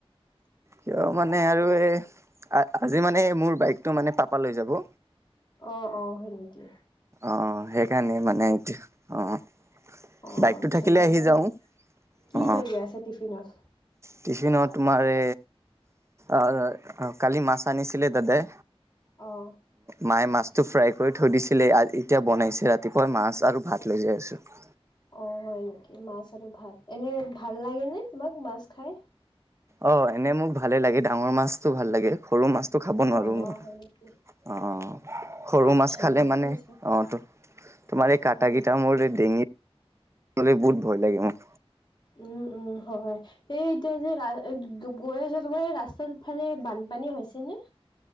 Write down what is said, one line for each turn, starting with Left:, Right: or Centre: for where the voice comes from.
Right: কিয় মানে আৰু এই আজি মানে মোৰ বাইকটো মানে পাপালৈ যাব।
Left: অ', অ', হয় নেকি।
Right: অ', সেইকাৰণে মানে এইটো অ'।
Left: অ
Right: বাইকটো
Left: আচ্ছা
Right: থাকিলে
Left: ভালে
Right: আহি
Left: আছে।
Right: যাওঁ
Left: কি
Right: অ'।
Left: লৈ গৈ আছা টিফিনত?
Right: টিফিনত তোমাৰ এ আহ কালি মাছ আনিছিলে দাদায়ে
Left: অ'।
Right: মায়ে মাছটো ফ্ৰাই কৰি থৈ দিছিলে এতিয়া বনাইছে ৰাতিপুৱাই মাছ আৰু ভাত লৈ যায় আছো।
Left: অ', হয় নেকি মাছ আৰু ভাত এনে ভাল লাগে নে তোমাক মাছ খাই?
Right: অ', এনেই মোক ভালে লাগে ডাঙৰ মাছতো ভাল লাগে সৰু মাছটো খাব নোৱাৰো
Left: অ
Right: মই।
Left: হয় নেকি
Right: অ', সৰু
Left: আচ্ছা
Right: মাছ খালে
Left: ঠিকে
Right: মানে
Left: আছে
Right: অ' ত তোমাৰ এই
Left: উম
Right: কটাকিটা মোৰ এই ডিঙিত বহুত ভয় লাগে মোৰ।
Left: উম, উম, হয়। এই এতিয়া যে গৈ ৰাৰ আছা যে ৰাস্তাৰফালে বানপানী হৈছে নে?